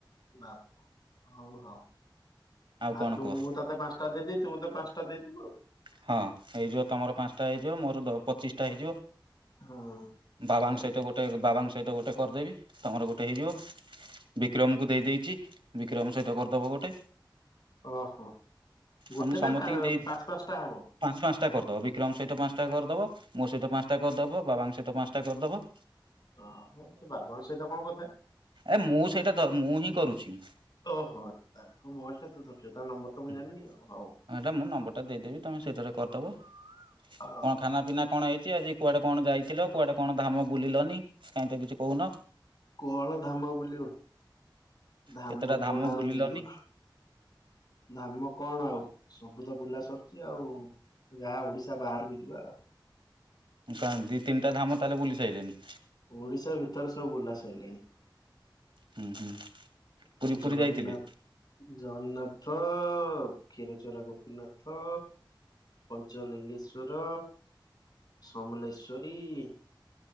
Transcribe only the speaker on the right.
କଣ
କୁହ
ହଁ ହେଇଯିବ, ତମର ପାଞ୍ଚଟା ହେଇଯିବ ମୋର ପଚିଶଟା ହେଇଯିବ
ବାବାଙ୍କ
ସହିତ ଗୋଟେ ବାବାଙ୍କ ସହିତ ଗୋଟେ ଗୋଟେ କରିଦେବି ତମର ଗୋଟେ ହେଇଯିବ, ବିକ୍ରମକୁ ଦେଇ ଦେଇଛି ବିକ୍ରମ ସହିତ କରିଦବ ଗୋଟେ
ହଁ ମୁଁ ସମସ୍ତଙ୍କୁ
ଦେଇ
ପାଞ୍ଚ ପାଞ୍ଚଟା କରିଦବ, ବିକ୍ରମ ସହିତ ପାଞ୍ଚଟା କରିଦବ ମୋ ସହିତ ପାଞ୍ଚଟା କରିଦେବ ବାବାଙ୍କ ସହିତ ପାଞ୍ଚଟା କରିଦେବ।
ଏ ମୁଁ ସେଇଟା ମୁଁ ହିଁ କରୁଛି।
ହଁ
ଏଇଟା ମୁଁ ନମ୍ବର ଟା ଦେଇଦେବି ତମେ ସେଇଥିରେ କରିଦେବ କଣ
ଖାନା ପିନା କଣ ହେଇଛି ଆଜି? କୁଆଡ଼େ କଣ ଯାଇଥିଲ କୁଆଡେ କଣ ଧାମ ବୁଲିଲନି କାହିଁ ତ କିଛି କହୁନ?
କେତେଟା
ବୁଲିଲନି
କ ଦି ତିନିା ଧାମ ତାହେଲେ ବୁଲି ସାଇିଲନଣି?
ହୁଁ ହୁଁ। ପୁରୀ
ପୁରୀ ଯାଇଥିଲେ